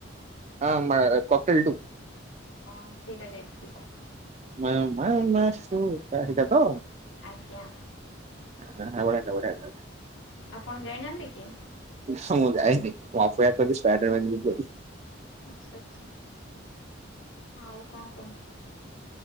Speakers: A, on the right; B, on the left.
A: ଆମା କକେଲ ଟୁ
B: ହଁ ସେଇଟା ଯାଇଥିଲି।
A: ମା ମା ମସୁକା ଏଇଟା ତ?
B: ଆଜ୍ଞା।
A: ହଁ ବଢିଆ ହେଇ ଥିଲା ବଢିଆ ହେଇ ଥିଲା।
B: ଆପଣ ଯାଇନାହାନ୍ତି କି?
A: ନା ମୁଁ ଯାଇ ନି ମୁଁ ଅପେକ୍ଷା କରଛି ସ୍ପାଇଡର ମ୍ୟାନ ଯିବ ବୋଲି।
B: ଆଚ୍ଛା ଆଚ୍ଛା ଆଉ କଣ କୁହନ୍ତୁ?